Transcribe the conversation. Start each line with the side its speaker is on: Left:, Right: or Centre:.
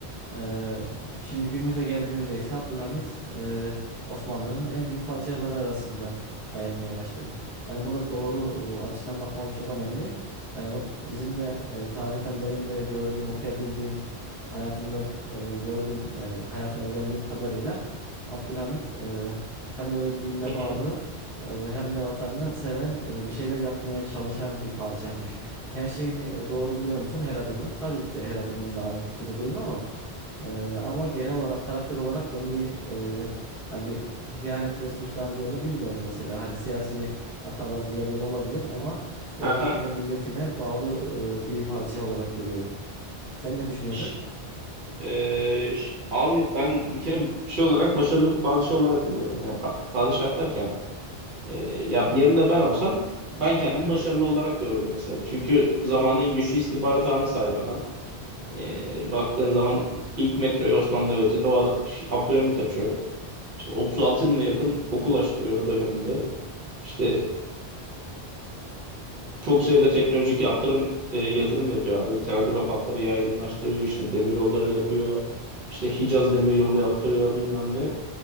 Centre: Eee, şimdi günümüze geldiğimizde ise Abdülhamit eee, Osmanlı'nın en büyük padişahları arasında sayılmaya başladı. Yani burada doğru e, açıdan bakmamız çok önemli. Hani o bizim de e, tarihten benim de gördüğüm, okuyabildiğim, hayatında e, gördüğüm yani hayatını öğrendiğim kadarıyla Abdülhamit e, hem böyle dinine
Right: hı
Centre: bağlı
Right: hı,
Centre: e, hem de vatanını seven, e, bir şeyler yapmaya çalışan bir padişahmış. Her şeyini e, doğru buluyor musun? Her adımını. Tabii ki de her adımında aynı fikirde değilim ama ee, ama genel olarak karakter olarak ben bir e, hani bir ihanetle suçlandığını bilmiyorum mesela. Hani siyasi hataları diğer yeri olabilir ama devletine,
Right: aha.
Centre: milletine bağlı e, bir padişah olarak görüyorum. Sen ne düşünüyordun?
Right: Ş- ee, ş- abi ben bir kere şey olarak başarılı bir padişah olarak buluyorum. Ya pa- padişah derken ee, ya yerinde ben olsam ben kendimi başarılı olarak görürdüm mesela. Çünkü zamanın güçlü istihbarat ağına sahip adam. E, baktığın zaman ilk metroyu Osmanlı Devleti'nde o adam, Ş- Abdülhamit açıyor. İşte 36 bine yakın okul açtırıyor döneminde. İşte çok sayıda teknolojik yaptırım e, yatırım yapıyor abi. Telgraf hatları yaygınlaştırıyor, işte demiryolları yapıyor, işte Hicaz demiryolu yaptırıyor bilmem ne.